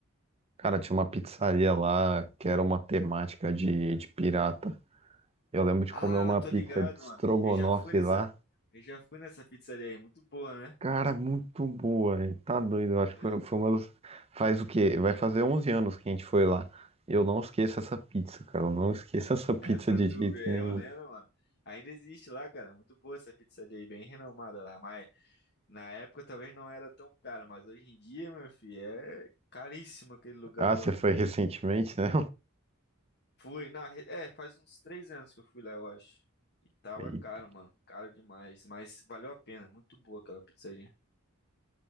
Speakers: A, on the right; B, on the left.
A: Cara, tinha uma pizzaria lá que era uma temática de, de pirata. Eu lembro de
B: Ah,
A: comer uma
B: tô
A: pizza
B: ligado,
A: de estrogonofe
B: mano. Eu já fui nessa.
A: lá.
B: Eu já fui nessa pizzaria aí. Muito boa, né?
A: Cara, muito boa, velho. Tá doido. Eu acho
B: É,
A: que foi, foi uma das... Faz o quê? Vai fazer 11 anos que a gente foi lá. Eu não esqueço essa pizza, cara. Eu não esqueço essa
B: <laughs>
A: pizza
B: é pra
A: de
B: tu
A: jeito
B: ver.
A: nenhum.
B: Eu lembro, mano. Ainda existe lá, cara. Muito boa essa pizzaria aí. Bem renomada lá. Mas na época talvez não era tão cara. Mas hoje em dia, meu filho, é caríssimo aquele lugar
A: Ah, você
B: lá.
A: foi recentemente, né?
B: Fui, na, re- é, faz uns três anos que eu fui lá, eu acho. E tava
A: <laughs> Eita.
B: caro, mano, caro demais, mas valeu a pena, muito boa aquela pizzaria.